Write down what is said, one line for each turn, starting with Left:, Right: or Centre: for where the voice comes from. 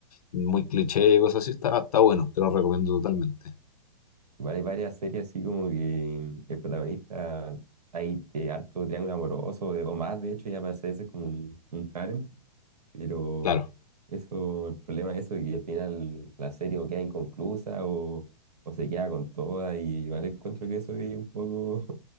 Left: muy cliché y cosas así, está, está bueno, te lo recomiendo totalmente.
Right: Igual hay varias series así como que el protagonista hay de harto triángulo amoroso de- o más, de hecho, ya parece ese es como un, un harem, pero
Left: Claro,
Right: eso, el problema de eso es que al final la serie o queda inconclusa o, o se queda con toda y igual encuentro que eso es un poco,